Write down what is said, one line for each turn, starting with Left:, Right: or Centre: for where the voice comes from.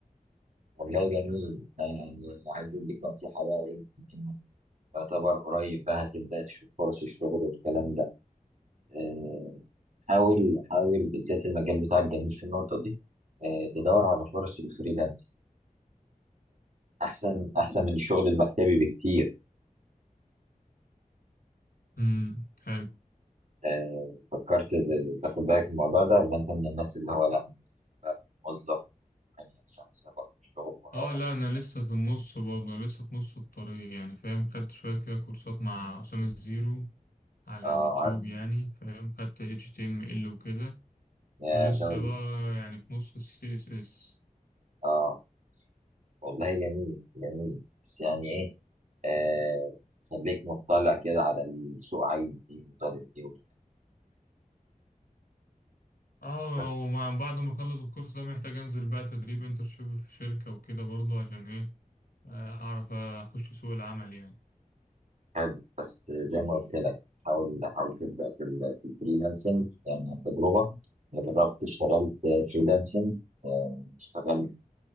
Right: والله جميل أنا يعني عايز اديك نصيحة بقى ايه انك تعتبر قريب بقى هتبدأ تشوف فرص الشغل والكلام ده آه حاول حاول بالذات المجال بتاعك جميل في النقطة دي آه تدور على فرص الفريلانس احسن احسن من الشغل المكتبي بكتير
Left: أمم حلو
Right: آه، فكرت تاخد بالك من الموضوع ده ولا انت من الناس اللي هو لا أنا بقى موظف يعني خمسة بروح الشغل واروح
Left: اه لا انا
Right: خلاص
Left: لسه في النص برضه انا لسه في نص الطريق يعني فاهم خدت شويه كده كورسات مع اسامه الزيرو على
Right: اه
Left: اليوتيوب
Right: عارف
Left: يعني فاهم خدت HTML وكده
Right: يا
Left: ولسه
Right: أسامة إز-
Left: بقى يعني في نص ال CSS
Right: اه والله جميل جميل بس يعني ايه آه خليك مطلع كده على السوق عايز ايه وطالب ايه وكده.
Left: اه
Right: بس
Left: ومع بعد ما اخلص الكورس ده محتاج انزل بقى تدريب انترشيب في شركه وكده برضه عشان ايه آه، اعرف اخش سوق العمل يعني
Right: حلو بس زي ما قلت لك حاول حاول تبدأ في ال في الفريلانسنج يعني عن تجربة أنا جربت اشتغلت فريلانسنج آه، اشتغلت